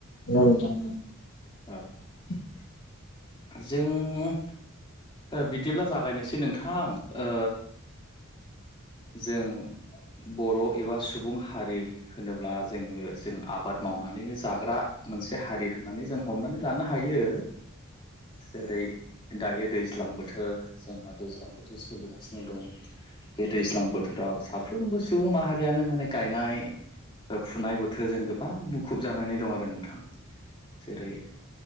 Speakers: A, on the left; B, on the left.
A: नंगौ नोंथां
B: औ
A: <unintelligible>
B: जों बिदिब्ला जागायनोसै नोंथां ओ जों बर' एबा सुबुं हारि होनोब्ला जोङो जों आबाद मावनानै नो जाग्रा मोनसे हारि माने जों हमनानै लानो हायो जेरै दायो दैज्लां बोथोर जोंहा दैज्लां बोथोर सोलिगासिनो दं बे दैज्लां बोथोराव साफ्रोमबो सुबुं माहारियानो माने गायनाय फुनाय बोथोरजों गोबां मुखुब जानानै दं आरो नोंथां जेरै